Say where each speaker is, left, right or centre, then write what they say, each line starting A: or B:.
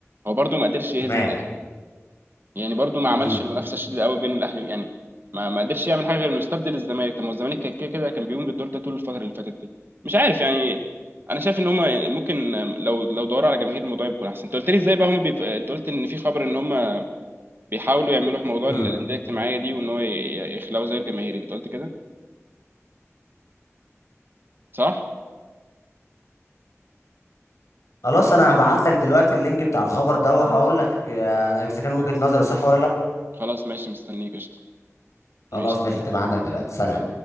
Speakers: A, on the right; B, on the left.
A: هو برضو ما قدرش يهزم
B: تمام
A: يعني برضو ما عملش
B: امم
A: المنافسه الشديده قوي بين الاهلي يعني ما ما قدرش يعمل حاجه غير انه يستبدل الزمالك طب ما هو الزمالك كان كده كده كان بيقوم بالدور ده طول الفتره اللي فاتت دي مش عارف يعني انا شايف ان هم ممكن لو لو دوروا على جماهير الموضوع يكون احسن انت قلت لي ازاي بقى هم بيف... انت قلت ان في خبر ان هم بيحاولوا يعملوا موضوع الانديه
B: امم
A: الاجتماعيه دي وان هو ي- يخلقوا زي الجماهير انت قلت كده صح
B: خلاص انا هبعت لك دلوقتي اللينك بتاع الخبر ده وهقول لك آه، اذا كان وجهه نظري صح ولا لا
A: خلاص ماشي مستنيك قشطه
B: خلاص
A: ماشي
B: ماشي هتبقى عندك دلوقتي سلام